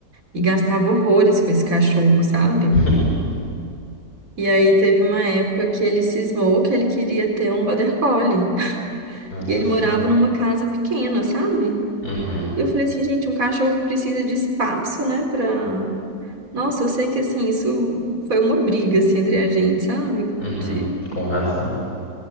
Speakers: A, on the right (about 55°); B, on the left (about 65°).
A: e gastava horrores com esse cachorro, sabe?
B: <laughs>
A: E aí teve uma época que ele cismou que ele queria ter um Border Collie. <laughs>
B: Nossa
A: E ele
B: senhora.
A: morava numa casa pequena, sabe?
B: Uhum,
A: Eu falei assim, gente, um cachorro que precisa de espaço, né, pra... Nossa, eu sei que, assim, isso foi uma briga, assim, entre a gente, sabe?
B: uhum.
A: De...
B: Com razão.